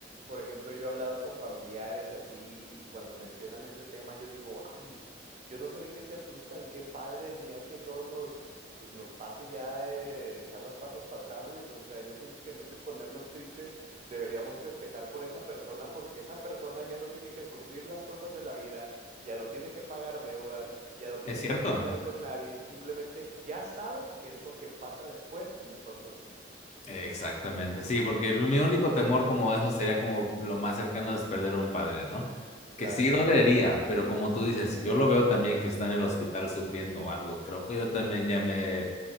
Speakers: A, on the right (about 40°); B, on the left (about 40°).
A: por ejemplo, yo he hablado con familiares y así, y cuando mencionan este tema, yo digo, ay, yo no sé de qué se asustan, qué padre el día que todos nos, pues nos pase ya eh, echar las patas para atrás, güey. Pues, o sea, yo siento que en vez de ponernos tristes, deberíamos festejar por esa persona, porque esa persona ya no tiene que sufrir las cosas de la vida, ya no tiene que pagar deudas, ya no tiene
B: ¿Es cierto?
A: que lidiar con nadie, simplemente ya sabe qué es lo que pasa después y nosotros no.
B: Exactamente, sí, porque el- mi único temor como eso sería como lo más cercano es perder un padre, ¿no?
A: Claro,
B: Que sí dolería, pero como tú dices, si yo lo veo también que está en el hospital sufriendo o algo, creo que yo también ya me eh,